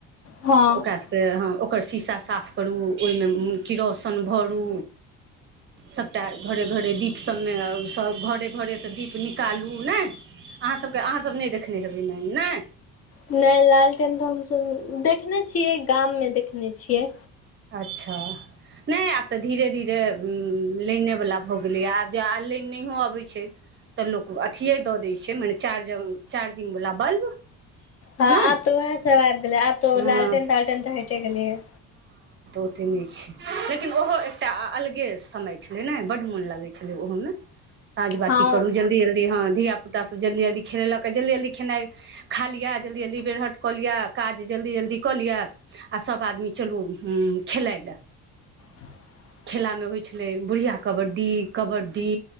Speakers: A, on the left; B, on the right.
A: हँ
B: ओकरा सबके हँ अक ओकर शीशा साफ करू ओहिमे किरौशन भरू सभटा घरे घरे दीप सभमे सभ घरे घरेसँ दीप निकालू नय अहाँसभके अहाँसभ नहि देखने हेबै नइ नइ
A: नए लालटन तऽ हमसभ देखने छियै गाममे देखने छियै
B: अच्छह नहि आब तऽ धीरे धीरे लाइनेवला भऽ गेलैए आब जो आब लाइन नहिओ अबै छै तऽ लोक अथिए दऽ दै छै मने चार्ज चार्जिंगवला बल्ब
A: हँ
B: नहि
A: आब तऽ उएह सब आबि गेलै आब तऽ
B: हँ
A: लालटेन तालटेन तऽ हटे गेले य
B: ओते नहि छै लेकिन ओहो एकटा अलगे समय छलै ने बड्ड मोन लगै छलै ओहोमे साँझ बाती
A: हँ
B: करू जल्दी जल्दी ह धिया पुताब जल्दी जल्दी खेले लक जल्दी जल्दी खेनाइ खा लिअ जल्दी जल्दी बेरहट क लिअ काज जे जल्दी जल्दी कऽ लिअ आ सब आदमी चलू खेलाई ल
A: <inaudible>
B: खेला में होइ छले बुढ़िया कबड्डी कबड्डी